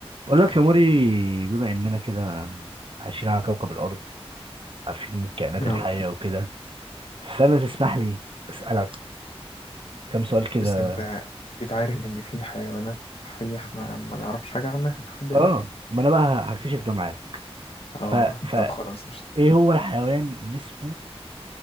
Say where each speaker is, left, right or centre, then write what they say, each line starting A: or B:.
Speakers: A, on the right; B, on the left.
A: بقول لك يا موري بما اننا كده عايشين على كوكب الارض عارفين الكائنات الحيه
B: آه،
A: وكده فانا تسمح لي اسالك كم سؤال كده
B: بس انت اكيد عارف ان في حيوانات حية احنا ما نعرفش حاجة عنها لحد دلوقتي
A: اه ما انا بقى هكتشف ده معاك ف
B: اه
A: ف
B: طب خلاص مش
A: ايه هو الحيوان اللي اسمه